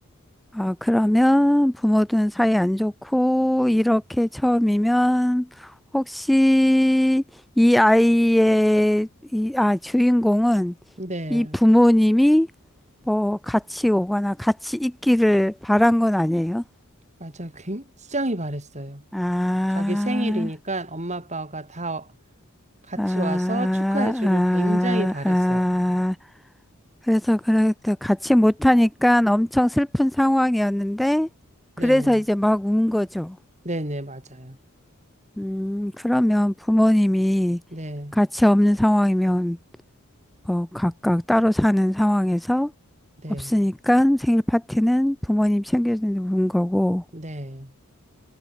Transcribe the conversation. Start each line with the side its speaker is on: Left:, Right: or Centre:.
Centre: 아, 그러면 부모든 사이 안 좋고, 이렇게 처음이면, 혹시 이 아이의, 이, 아, 주인공은
Right: 네.
Centre: 이 부모님이 뭐 같이 오거나 같이 있기를 바란 건 아니에요?
Right: 맞아. 굉장히 바랬어요.
Centre: 아,
Right: 자기 생일이니까 엄마 아빠가 다 같이
Centre: 아, 아,
Right: 와서 축하해 주길 굉장히 바랬어요.
Centre: 아. 그래서 그렇게 같이 못하니까 엄청 슬픈 상황이었는데,
Right: 네.
Centre: 그래서 이제 막 운 거죠.
Right: 네네, 맞아요.
Centre: 음, 그러면 부모님이
Right: 네.
Centre: 같이 없는 상황이면 뭐 각각 따로 사는 상황에서
Right: 네.
Centre: 없으니까 생일 파티는 부모님 챙겨주는 거고,
Right: 네.